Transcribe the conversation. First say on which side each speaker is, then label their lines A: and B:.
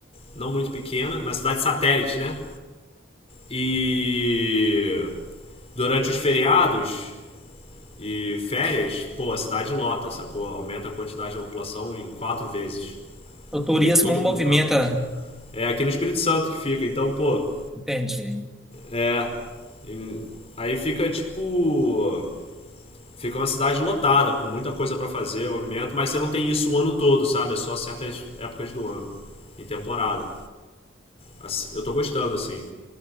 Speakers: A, on the left; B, in the centre.
A: não muito pequena, uma cidade satélite, né? E durante os feriados e férias, pô, a cidade lota, sacou? Aumenta a quantidade da população em quatro vezes.
B: O turismo
A: Que vem todo
B: movimenta,
A: mundo pra. É aqui no Espírito Santo que fica, então, pô,
B: entende?
A: é. e- Aí fica tipo. Fica uma cidade lotada, com muita coisa para fazer, movimento, mas você não tem isso o ano todo, sabe? É só certas épocas do ano, em temporada. Assim, eu tô gostando, assim.